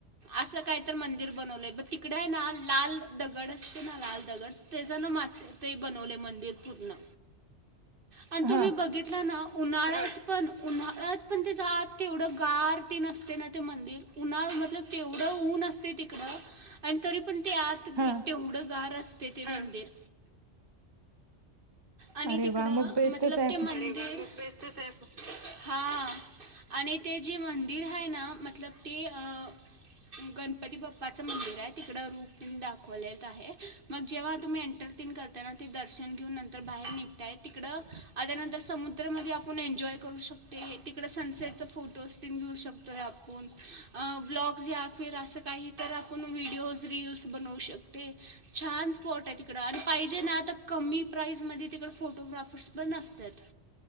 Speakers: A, on the right; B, on the right.
A: असं काय तर मंदिर बनवलं आहे ब तिकडं आहे ना लाल दगड अस ना लाल दगड तेज ना मा ते बनवले मंदिर पूर्ण. आणि तुम्ही
B: हा
A: बघितला ना उन्हाळ्यात पण उन्हाळ्यात पण त्याचं आत तेवढं गार तेन अस्त ना ते मंदिर. उन्हाळ मतलब तेवढं ऊन असते तिकडं आणि तरी पण ते आत घे
B: हा
A: तेवढं गार असतय ते मंदिर. आणि
B: अरे
A: तिकडं
B: वा मग बेस्टच
A: मतलब
B: आहे.
A: ते मन. <unintelligible> <inaudible> हा आणि ते जे मंदिर आहे ना मतलब ते अ <unintelligible> गणपती बाप्पाचं मंदिर आहे तिकड रूप तन दाखवलेत आहे. मग जेव्हा तुम्ही एंटरटिन करतायना ते दर्शन घेऊन नंतर बाहेर निघताय तिकडं आ त्यानंतर समुद्रामध्ये आपण एन्जॉय करू शकतेय तिकडं सनसेटचा फोटोज त घेऊ शकतो आहे आपून. ब्लॉग्स या फिर असं काहीतर आपण व्हिडिओज रीलस बनवू शकते. छान स्पॉट आहे त. तिकडं आणि पाहिजे ना आता कमी प्राईजमध्ये तिकडं फोटोग्राफर्स पण अस्त्यात.